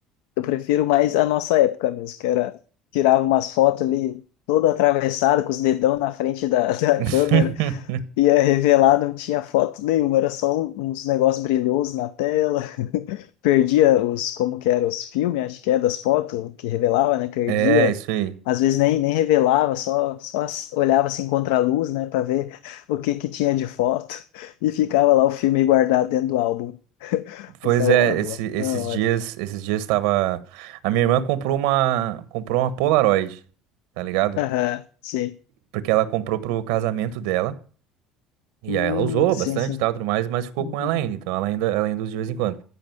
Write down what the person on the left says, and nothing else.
eu prefiro mais a nossa época mesmo, que era tirava umas fotos ali todo atravessado com os dedão na frente da, <laughs> da
câmera, ia revelar, não tinha foto nenhuma, era só um- uns negócios brilhosos na tela. Perdia os, como que era, os filmes, acho que é das fotos que revelava, né? Perdia.
Às vezes nem, nem revelava, só, só as- olhava assim contra a luz, né, para ver <laughs> o que que tinha de foto e ficava lá o filme guardado dentro do álbum,
salvado
lá.
Não,
Aham, sim.
Hum,
sim,
sim.
Uhum,